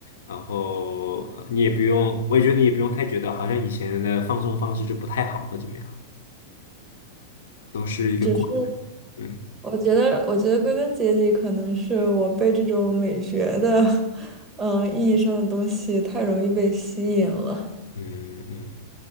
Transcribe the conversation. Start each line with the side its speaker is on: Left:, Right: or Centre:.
Left: 然后你也不用，我也觉得你也不用太觉得好像以前的放松方式就不太好或怎么样，都是一个过程。
Right: <laughs> 只是。
Left: 嗯
Right: 我觉得，我觉得归根结底，可能是我被这种美学的，嗯，意义上的东西太容易被吸引了。
Left: 嗯嗯，